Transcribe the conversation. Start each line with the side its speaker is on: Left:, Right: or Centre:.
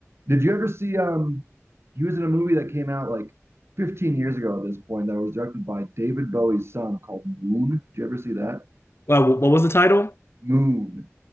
Right: Did you ever see um? He was in a movie that came out like 15 years ago at this point that was directed by David Bowie's son called Moon. Did you ever see that?
Left: Well, what was the title?
Right: Moon,